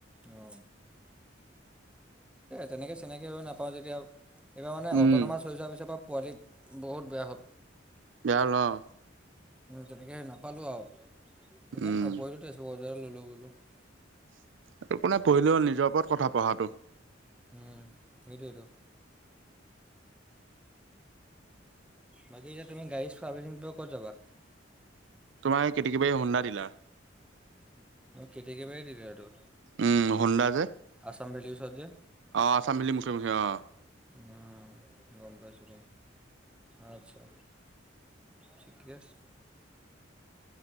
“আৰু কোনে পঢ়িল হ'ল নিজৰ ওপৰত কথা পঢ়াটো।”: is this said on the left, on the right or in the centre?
Right